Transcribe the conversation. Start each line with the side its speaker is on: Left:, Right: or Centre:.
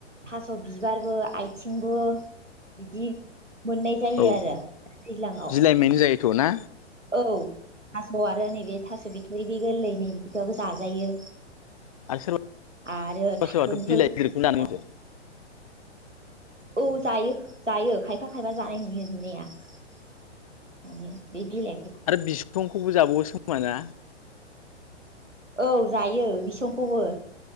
Right: थास' बिबारबो आइथिं- बो बिदि मोननाय जायो
Left: औ
Right: आरो दैज्लांआव
Left: बिलाइमायनो जायोथ' ना
Right: औ थास' आरो नैबे थास' बिथरि बे गोरलै नै बिदिबाबो जाजायो
Left: आरो सोरबा
Right: आरो थारुनफोरबो
Left: सोरबाथ' बिलाइ गिदिरखौनो दानो माथो <inaudible>
Right: औ जायो जायो खायफा खायफा जानाय नुयो नुनाया माने बे बिलाइ
Left: आरो बिसंखौबो जाबावोसो खोमाना?
Right: औ जायो बिसंखौबो